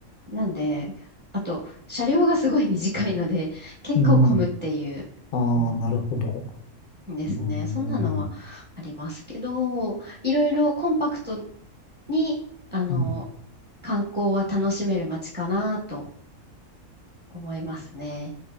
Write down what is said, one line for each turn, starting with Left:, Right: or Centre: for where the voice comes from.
Right: なんで、あと、車両がすごい短いので、<laughs> 結構混むっていう。
Left: うん。ああ、
Right: うん
Left: なるほど。
Right: ですね。
Left: うん。
Right: そんなのはありますけど、いろいろコンパクトに、あの、
Left: うん。
Right: 観光は楽しめる街かなと思いますね。